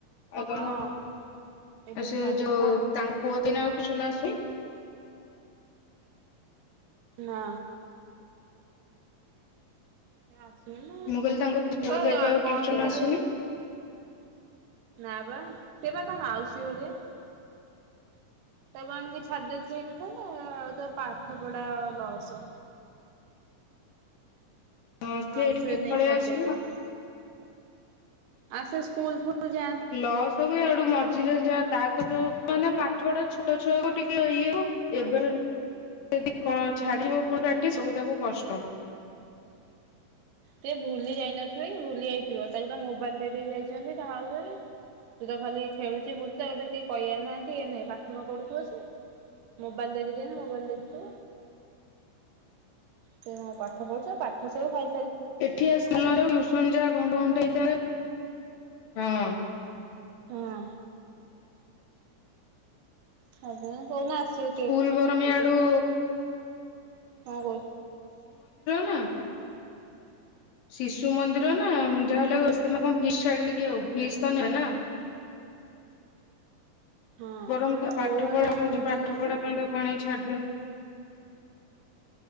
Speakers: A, on the left (about 85°); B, on the right (about 75°).
A: ଆଉ କଣ
B: ହଁ ଏବେ
A: ସେ
B: ଛାଡିଲି
A: ଯୋଉ
B: ବା
A: ତାଙ୍କ <unintelligible> ପୁଅ ଦିନ ଉଠିଛୁନାସି
B: ନା। ସେ ଆସିଲ ନା
A: ମୁଁ କହିଲି ତାଙ୍କ ପୁଅ ତ ଏବେ
B: ଏ
A: ଆଉ
B: କ
A: ଟ୍ୟୁସନ
B: ହେଇଥିଲେ
A: ଆସୁନି
B: <unintelligible> ନା ବା ସେ ବା ମାଉସୀ ଘରେ । ତାକୁ ଆଣିକି ଛାଦି ଦେଇଥିଲେ ହେଇନଥାନ୍ତା ଆଉ ତା ପାଠ ପଢା ଲସ୍।
A: ହଁ
B: ମାଉସ
A: ସେ ଏଠିକି
B: ନେଇ
A: ପଳେଇ
B: ଚଡ଼ିଦେଚନ୍ତି
A: ଆସୁନି
B: ଆସ ସ୍କୁଲ ଫଲ ଯ
A: ଲ ସ ହୁଏ ଆଡୁ ମଝିରେ ଯା ତ ତ ଯୋଉ ମାନେ ପାଠ ପଢା ଛୋଟ ଛୁଆକୁ ଟିକେ ଇଏ ହଉ ଏବେ ଯଦି କଣ ଛାଡିବ ପରାଟି ସବୁ ତାକୁ କଷ୍ଟ <unintelligible>
B: ଟଏ ଭୁଲି ଯାଇନଥିବେ ଭୁଲି ଯାଇଥିବ ତାକୁଦ ମୋବାଇଲରେ ବି ଯାଇ ଅଛନ୍ତି ତା ମାଉସୀ ଘରେ। ଖେଳୁଛି ବୁଲୁଚ କହିିବାର ନାହାନ୍ତି ନଁ ପାଠମ ପଢୁଥିବ ସେ? ମୋବାଇଲ ଦେଇଛନ୍ତି ମୋବାଇଲ ଦେଖୁଥିବ ସେ ପାଢୁଛ ପାଠ ସବୁ ଖାଇ
A: ଏଠି ସ୍ସ ଯ ଘଟ ଘଟ ହେଇ ହଁ <unintelligible>
B: ହଁ। ତାପରେ କୋଉଦିନ ଆସିବେ
A: ସ୍କୁଲ ବରମ ଆଡୁ
B: ହଁ କହୁ।
A: ନା ଶିଶୁ ମନ୍ଦିର ନା ଯାହାଲେ ସେ କଣ ଫି ଆଉ ଫିସ୍ ତ ନେବେ ନା <unintelligible>
B: ହଁ
A: ବରଂ
B: ତା
A: ତ ପାଠ
B: ବୋଉ ଏଟା
A: ପଢା କରୁଛି
B: ବୁଝିଲେ
A: ପାଠ
B: ହବନି।
A: ପଢା ପାଇଁ ତା କଣ ଛାଡି ଦିଅନି <unintelligible>